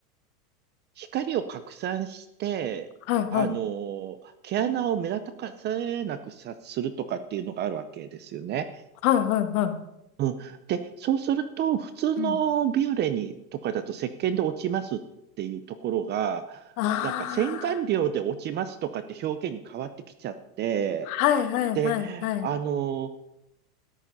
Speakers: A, on the right; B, on the left.
A: 光を拡散して、
B: はいはい。
A: あの、毛穴を目立たせなくさ、するとかっていうのがあるわけですよね。
B: はいはいはい。
A: うん。で、そうすると、普通のビューレにとかだと石鹸で落ちますっていうところが、
B: うん。ああ。
A: なんか洗顔料で落ちますとかって表現に変わってきちゃって、
B: はいはいはいはい。
A: で、あの、